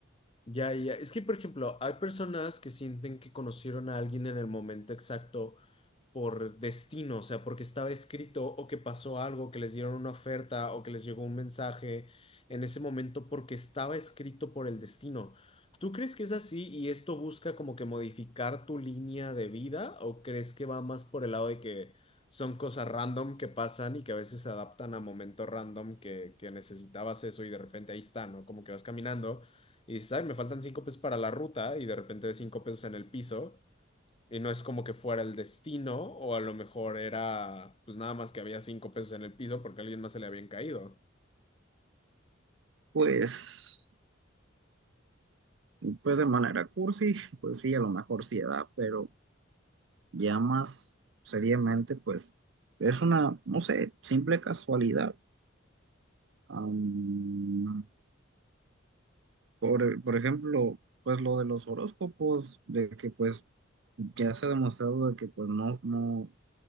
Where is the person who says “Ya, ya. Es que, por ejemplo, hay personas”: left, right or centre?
Left